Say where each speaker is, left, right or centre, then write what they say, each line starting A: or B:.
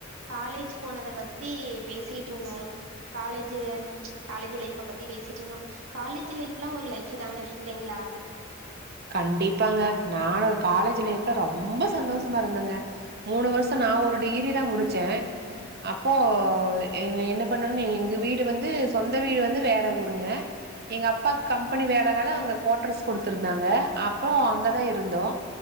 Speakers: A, on the right; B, on the right.
A: காலேஜ் போனத பத்தி பேசிட்டு இருந்தோ காலேஜு காலேஜ் லைஃப பத்தி பேசிட்ருந்தோ காலேஜ் லைஃப்ல ஒரு லைஃப் தாங்க இல்லைங்ளா
B: கண்டிப்பாங்க நானு காலேஜ் லைஃப்ல ரொம்ப சந்தோஷமா இருந்தங்க மூணு வருஷ நா ஒரு டிகிரி தா முடிச்சே அப்போ என்ன என்ன பண்ணனு எங்க வீடு வந்து சொந்த வீடு வந்து வேற ஊருங்க எங்க அப்பாக்கு கம்பெனி வேலனால அவுங்க கோட்டர்ஸ் குடுத்துரு ந்தாங்க அப்போ அங்க தா இருந்தோ